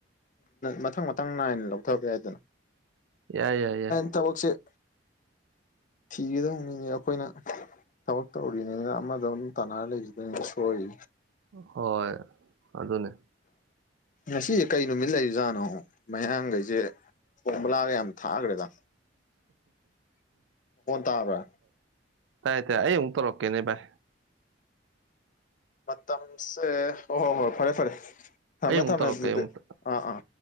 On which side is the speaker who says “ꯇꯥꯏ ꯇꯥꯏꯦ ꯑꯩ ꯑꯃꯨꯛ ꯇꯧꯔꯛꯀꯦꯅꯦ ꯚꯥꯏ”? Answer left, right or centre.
Right